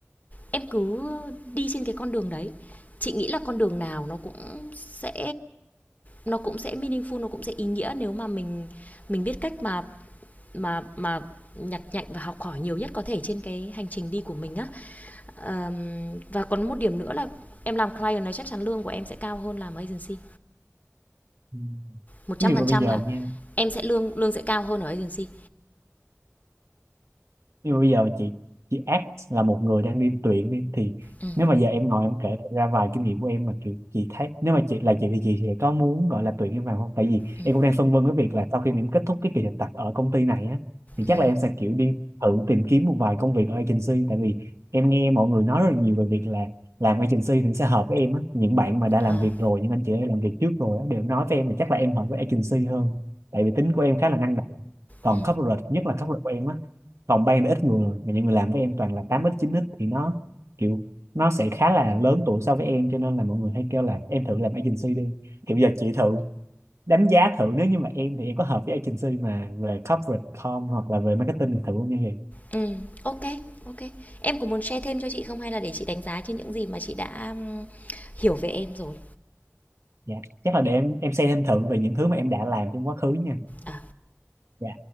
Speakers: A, on the left (about 35°); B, on the right (about 70°).
A: em cứ đi trên cái con đường đấy chị nghĩ là con đường nào nó cũng sẽ nó cũng sẽ meaningful nó cũng sẽ ý nghĩa nếu mà mình mình biết cách mà mà mà nhặt nhạnh và học hỏi nhiều nhất có thể trên cái hành trình đi của mình á Ờm, và còn một điểm nữa là em làm client này chắc chắn lương của em sẽ cao hơn làm agency
B: Ừ.
A: một trăm
B: ví dụ
A: phần
B: mà
A: trăm
B: bây giờ
A: là
B: nha
A: em sẽ lương lương sẽ cao hơn ở agency
B: nhưng mà bây giờ chị chị act là một người đang đi tuyển đi thì
A: ừ
B: nếu mà giờ em ngồi em kể thật ra vài kinh nghiệm của em mà kiểu chị thấy nếu mà chị là chị thì chị sẽ có muốn gọi là tuyển em vào không tại vì
A: ừ
B: em cũng đang phân vân với việc là sau khi mà em kết thúc cái kỳ thực tập ở công ty này á thì
A: ừ
B: chắc là em sẽ kiểu đi thử tìm kiếm một vài công việc ở agency tại vì em nghe mọi người nói rất là nhiều về việc là làm agency thì sẽ hợp với em á những bạn mà đã làm
A: à
B: việc rồi những anh chị đã làm việc trước rồi á đều nói với em là chắc là em hợp với agency hơn tại vì tính của em khá là năng động còn
A: ừ
B: corporate nhất là corporate của em á phòng ban thì ít người mà những người làm với em toàn là tám x chín x thì nó kiểu nó sẽ khá là lớn tuổi so với em cho nên là mọi người hay kêu là em thử làm agency đi kiểu giờ chị thử đánh giá thử nếu như mà em thì em có hợp với agency mà về corporate com hoặc là về marketing thì thử không nha chị
A: ừ ok ok em có muốn share thêm cho chị không hay là để chị đánh giá trên những gì mà chị đã hiểu về em rồi
B: dạ chắc là để em em xem thêm thử về những thứ mà em đã làm trong quá khứ nha
A: à
B: dạ